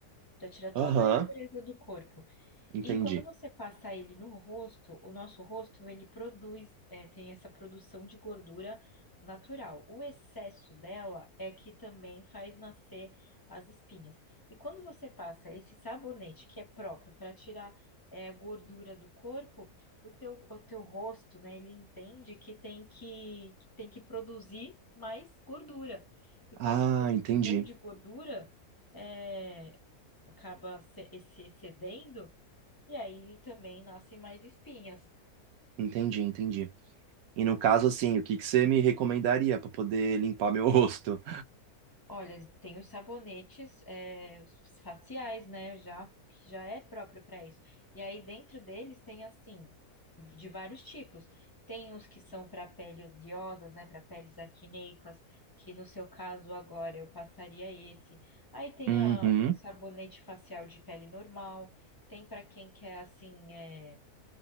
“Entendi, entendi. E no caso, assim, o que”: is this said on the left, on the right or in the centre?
Right